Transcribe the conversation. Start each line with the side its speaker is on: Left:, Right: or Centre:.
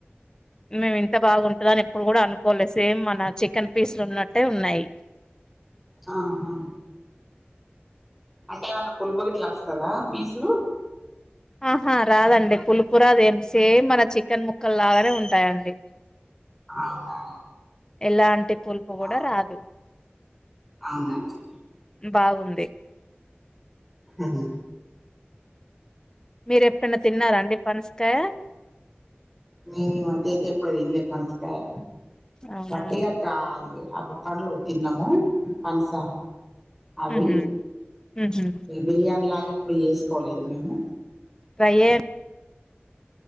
Left: నిన్న నేన్ అంత బాగుంటంద అని ఎప్పుడు కూడా అనుకోలే సేమ్ మన చికెన్ పీస్లు ఉన్నట్టే ఉన్నాయి
Centre: ఆహా అంటే ఏమన్న పులపు గిట్లా వస్తదా పీసు
Left: ఆహా రాదండి పులుపురాదండి అంటె సేమ్ మన చికెన్ ముక్కలు లాగానే ఉంటాయండి
Centre: అవునా
Left: ఎలాంటి పులుపు కూడా
Centre: ఆ,
Left: రాదు
Centre: అవునండి
Left: బాగుంది
Centre: అవును
Left: మీరు ఎప్పుడైనా తిన్నారాండి పనసకాయ
Centre: నేన్ ఈ మధ్య ఐతే ఎపుడు తినలే పనసకాయ
Left: అవునా
Centre: వట్టిగా
Left: అండి
Centre: కా అబు పండ్లు తిన్నము పనస అవి
Left: ఉహు ఉహు
Centre: బిర్యానీ లాగా ఎప్పుడు చేసుకోలేదు మేము
Left: ట్రయర్